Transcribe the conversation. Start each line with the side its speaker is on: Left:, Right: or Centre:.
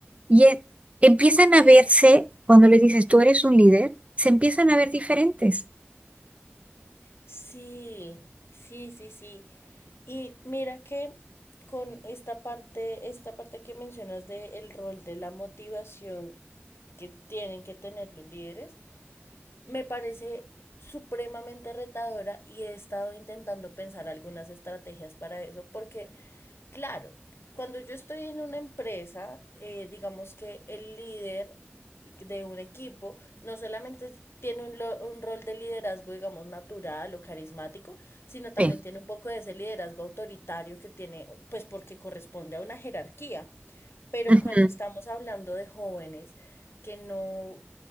Right: Y e- empiezan a verse, cuando les dices, tú eres un líder, se empiezan a ver diferentes.
Left: Sí, sí, sí, sí. Y mira que con esta parte, esta parte que mencionas del rol de la motivación que tienen que tener los líderes, me parece supremamente retadora y he estado intentando pensar algunas estrategias para eso, porque Claro, cuando yo estoy en una empresa, eh, digamos que el líder de un equipo no solamente tiene un, lo- un rol de liderazgo, digamos, natural o carismático, sino también
Right: Sí,
Left: tiene un poco de ese liderazgo autoritario que tiene, pues porque corresponde a una jerarquía. Pero
Right: Ujú,
Left: cuando estamos hablando de jóvenes que no